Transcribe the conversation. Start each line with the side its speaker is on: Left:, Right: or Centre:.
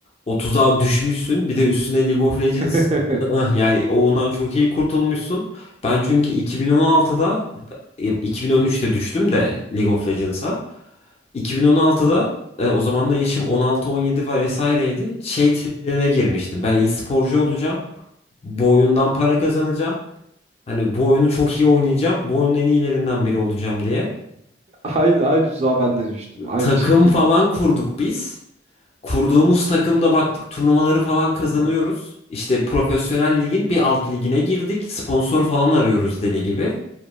Left: 30'a düşmüşsün. Bir de üstüne League of Legends
Right: <laughs>
Left: ıh, yani ondan çok iyi kurtulmuşsun. Ben çünkü 2016'da 2013'te düştüm de League of Legends'a. 2016'da e, o zaman da yaşım 16-17 ve vesaireydi. Şey triplerine girmiştim. Ben iyi sporcu olacağım. Bu oyundan para kazanacağım. Hani bu oyunu çok iyi oynayacağım. Bu oyunun en iyilerinden biri olacağım diye.
Right: Aynı aynı tuzağa ben de düştüm.
Left: <clears throat>
Right: Aynı
Left: Takım
Right: şekilde.
Left: falan kurduk biz. Kurduğumuz takımda baktık turnuvaları falan kazanıyoruz. İşte profesyonel ligin bir alt ligine girdik. Sponsor falan arıyoruz deli gibi.